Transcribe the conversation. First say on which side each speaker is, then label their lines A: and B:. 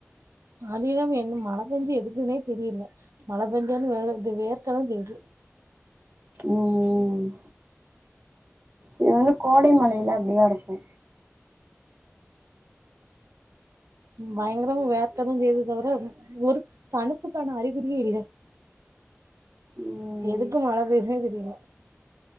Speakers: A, on the right; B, on the right.
A: அது என்னமோ எங்க மழ பேஞ்சா எதுக்குதுனே தெரியல மழ பெஞ்சாலு வே இது வேர்க்க தா செய்து
B: ம் ம் இது வந்து கோடை மழைல அப்டிதா இருக்கு
A: ம் பயங்கரமா வேர்க்கதா செய்து தவிர ஒரு தணுப்புக்கான அறிகுறியே இல்ல
B: ம்
A: எதுக்கு மழ பேய்துனே தெரில